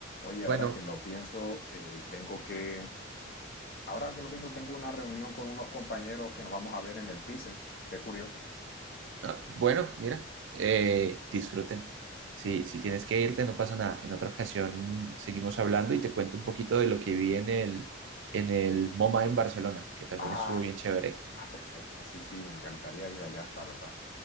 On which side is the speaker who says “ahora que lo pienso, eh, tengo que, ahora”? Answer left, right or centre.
Left